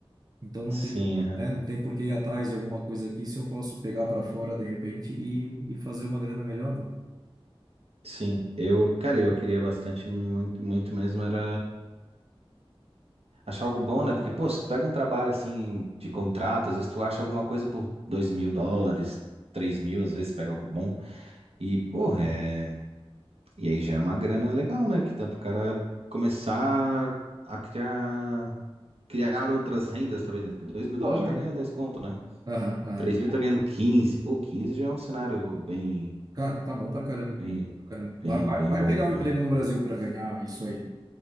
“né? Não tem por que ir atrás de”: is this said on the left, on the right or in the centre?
Right